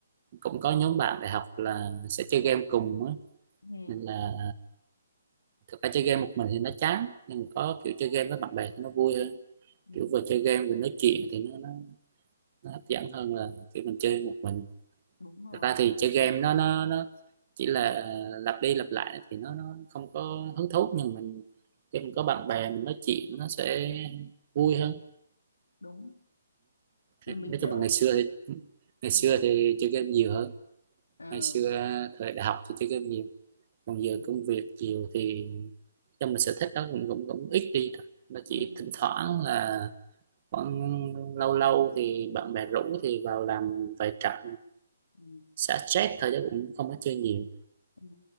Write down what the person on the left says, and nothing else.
ừ,
ừ.
đúng rồi
đúng rồi
mình chơi
ừ.
ờ.
ừ,
ừ,
ừ,
ừ.